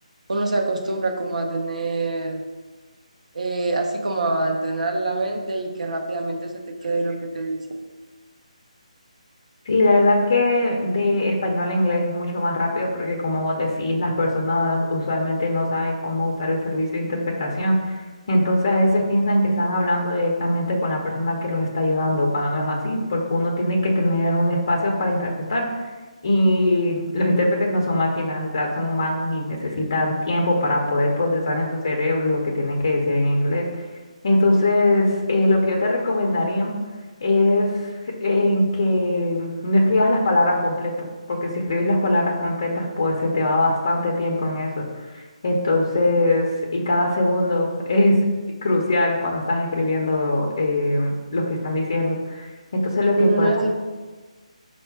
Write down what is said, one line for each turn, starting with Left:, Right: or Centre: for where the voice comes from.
Right: uno se acostumbra como a tener, eh, así como a entrenar la mente y que rápidamente se te quede lo que te dice.
Left: Sí, la verdad que de español a inglés es mucho más rápido porque como vos decís, las personas usualmente no saben cómo usar el servicio de interpretación. Entonces a veces piensan que están hablando directamente con la persona que los está ayudando, cuando no es así, porque uno tiene que tener un espacio para interpretar. Y los intérpretes no son máquinas, o sea, son humanos y necesitan tiempo para poder procesar en su cerebro lo que tienen que decir en inglés. Entonces, eh, lo que yo te recomendaría es en que no escribas las palabras completas, porque si escribes las palabras completas, pues se te va bastante tiempo en eso. Entonces, y cada segundo <laughs> es crucial cuando estás escribiendo eh, lo que están diciendo. Entonces, lo
Right: Pero
Left: que puedes
Right: no sé.